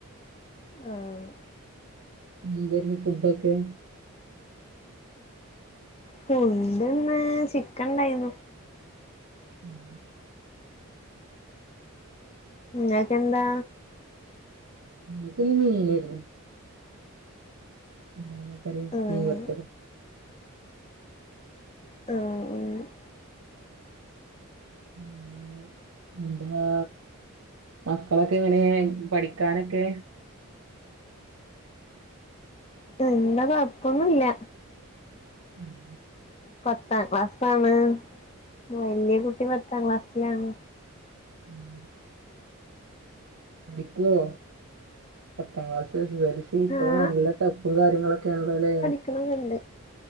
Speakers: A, on the left; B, on the right.
A: ആഹ്
B: എന്തരുന്നു ഫുഡൊക്കെ
A: ഫുണ്ട്ന്ന് ചിക്കൻ ഇണ്ടായിരുന്നു
B: നാ
A: നിഞക്കെന്താ
B: ഗ്രൂപ്പില് നീതനരുന്നു മാങ്ങാ കറി
A: ആഹ്
B: മീൻ വർത്തതും
A: ആഹ് അ
B: പിന്നെ എന്തുവാ മക്കളൊക്കെ എങ്ങനെ പഠിക്കാനൊക്കെ
A: ഇല്ല കൊപ്പൊന്നുല്ല
B: ആഹ്
A: പത്താം ക്ലാസ്സാണ് വലിയ കുട്ടി പത്താം ക്ലാസ്സിലാണ്
B: ഉം പഠിക്കുവോ പത്താം ക്ലാസ്സ് <unintelligible> ഇപ്പൊ
A: ആഹ്
B: നല്ല ടഫും കാര്യങ്ങളൊക്കെ ആണല്ലോ അല്ലേ
A: ക്കണന്നൊണ്ട്